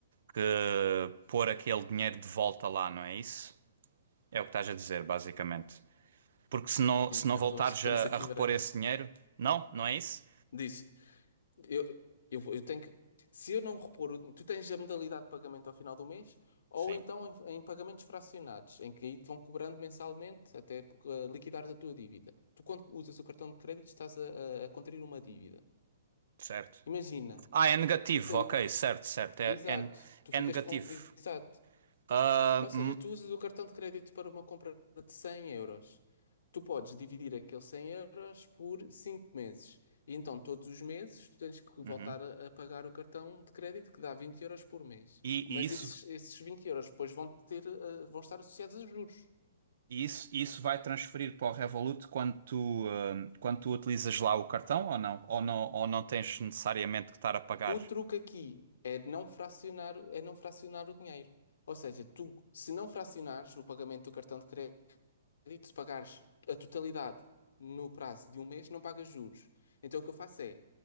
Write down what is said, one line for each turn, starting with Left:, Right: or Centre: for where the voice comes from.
Right: que pôr aquele dinheiro de volta lá, não é isso? É o que estás a dizer, basicamente. Porque se não,
Left: E,
Right: se
Left: Não,
Right: não voltares
Left: eu acho que estamos
Right: a,
Left: aqui
Right: a repor
Left: baralhados.
Right: esse dinheiro, não, não é isso?
Left: Diz, Eu, eu, vou- eu tenho que. Se eu não repor o. Tu tens a modalidade de pagamento ao final do mês, ou
Right: Sim,
Left: então em, em pagamentos fracionados, em que aí te vão cobrando mensalmente até uh, liquidares a tua dívida. Tu, quando usas o cartão de crédito, estás a, a, a contrair uma dívida.
Right: certo.
Left: Imagina,
Right: Ah, é negativo,
Left: eu tenho.
Right: ok, certo, certo. É,
Left: Exato,
Right: é,
Left: tu
Right: é
Left: ficas
Right: negativo.
Left: com. Exato.
Right: Ah,
Left: Ou seja,
Right: hum,
Left: tu usas o cartão de crédito para uma compra de 100 euros. Tu podes dividir aqueles 100 euros por 5 meses. E então, todos os meses, tu tens que voltar
Right: uhum.
Left: a, a pagar o cartão de crédito, que dá 20 euros por mês.
Right: E, e
Left: Mas
Right: isso,
Left: esses, esses 20 euros depois vão ter, eh, vão estar associados a juros.
Right: e isso, e isso vai transferir para o Revolut quando tu, ah, quando tu utilizas lá o cartão ou não? Ou não, ou não tens necessariamente que estar a pagar?
Left: O truque aqui é de não fracionar, é não fracionar o dinheiro. Ou seja, tu, se não fracionares o pagamento do cartão de crédito, crédito, se pagares a totalidade no prazo de um mês, não pagas juros. Então o que eu faço é,